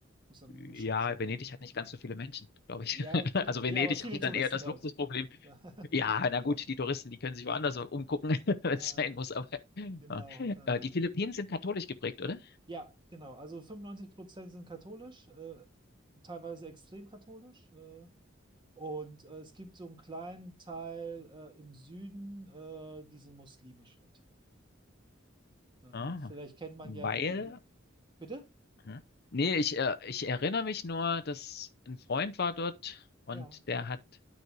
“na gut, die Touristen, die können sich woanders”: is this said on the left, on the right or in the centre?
Left